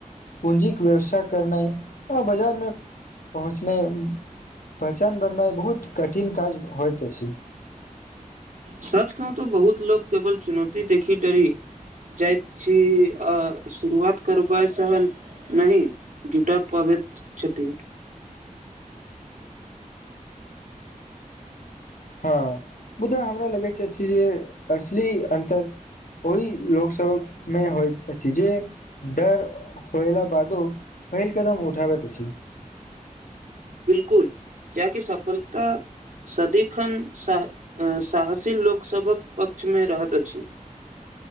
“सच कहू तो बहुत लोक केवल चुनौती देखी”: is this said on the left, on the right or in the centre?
Right